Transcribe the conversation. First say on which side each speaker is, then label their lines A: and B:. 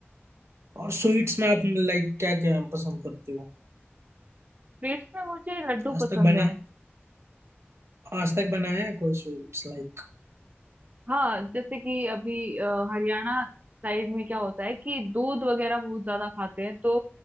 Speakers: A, on the right (about 80°); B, on the right (about 40°).
A: और स्वीट्स में आप लाइक क्या क्या पसंद करते हो
B: स्वीट्स में मुझे लड्डू
A: आज
B: पसंद
A: तक बना
B: है
A: आज तक बनाया है कोई स्वीट्स लाइक
B: हाँ जैसे कि अभी अ, हरियाणा साइड में क्या होता है कि दूध वगैरह बहुत ज्यादा खाते हैं तो